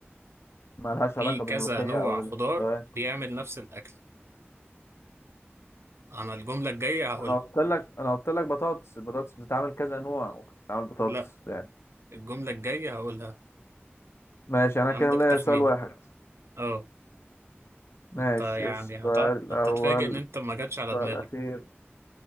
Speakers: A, on the left; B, on the right.
A: ما لهاش
B: في
A: علاقة
B: كذا
A: بالملوخية
B: نوع
A: أو
B: خضار
A: ال... تمام.
B: بيعمل نفس الاكل انا الجملة الجاية هقولها
A: أنا قلت لك أنا قلت لك بطاطس البطاطس بتتعمل كذا نوع ممكن تتعمل بطاطس
B: لا
A: يعني
B: الجملة الجاية هقولها
A: ماشي أنا
B: عندك
A: كده ليا
B: تخمينة
A: سؤال واحد
B: اه
A: ماشي
B: انت يعني
A: السؤال
B: هت...
A: الأول
B: هتتفاجئ ان انت ما جاتش
A: السؤال
B: على دماغك
A: الأخير